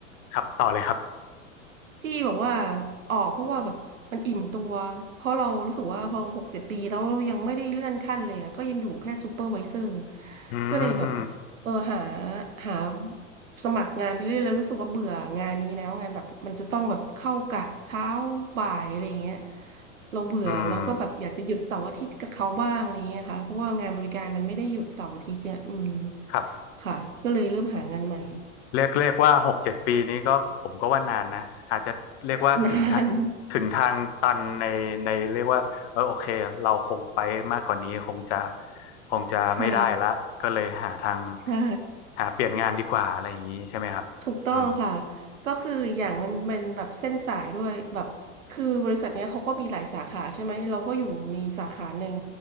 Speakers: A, on the left; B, on the right.
A: ครับต่อเลยครับ
B: ที่แบบว่าออกเพราะว่าแบบมันอิ่มตัวเพราะเรารู้สึกว่าพอหกเจ็ดปีแล้วเรายังไม่ได้เลื่อนขั้นเลยอะก็ยังอยู่แค่ซูเปอร์ไวเซอร์
A: อืม
B: ก็เลยแบบเออหาหาสมัครงานไปเรื่อยแล้วรู้สึกว่าเบื่องานนี้แล้วไงานแบบมันจะต้องแบบเข้ากะเช้าบ่ายอะไรอย่างเงี้ยเราเบื่อเราก็แบบอยากจะหยุดเสาร์อาทิตย์กับเขาบ้างอะไรอย่างเงี้ยค่ะเพราะว่างานบริการมันไม่ได้หยุดเสาร์อาทิตย์เนี่ยอืม
A: อืมครับ
B: ค่ะก็เลยเริ่มหางานใหม่
A: เรียกเรียกว่าหกเจ็ดปีนี้ก็ผมก็ว่านานนะอาจจะเรียกว่าถึงทา
B: นาน
A: ถึงทางตันในในเรียกว่าเออโอเคเราคงไปมากกว่านี้คงจะคงจะไม่ได้ละก็เลยหาทาง
B: ใช่ใช่
A: หาเปลี่ยนงานดีกว่าอะไรอย่างนี้ใช่ไหมครับอืม
B: ถูกต้องค่ะก็คืออย่างมันมันแบบเส้นสายด้วยแบบคือบริษัทเนี้ยเขาก็มีหลายสาขาใช่ไหมเราก็อยู่ในสาขาหนึ่ง